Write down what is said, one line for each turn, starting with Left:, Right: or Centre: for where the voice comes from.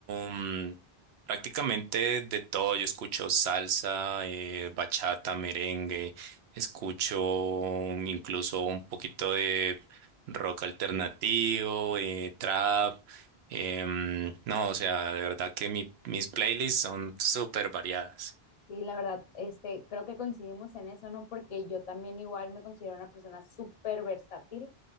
Right: mm, prácticamente de todo, yo escucho salsa, eh, bachata, merengue, escucho mm, incluso un poquito de rock alternativo, eh, trap. em, no, o sea, de verdad que mi- mis playlists son súper variadas.
Left: Sí, la verdad, este, creo que coincidimos en eso, ¿no? Porque yo también igual me considero una persona súper versátil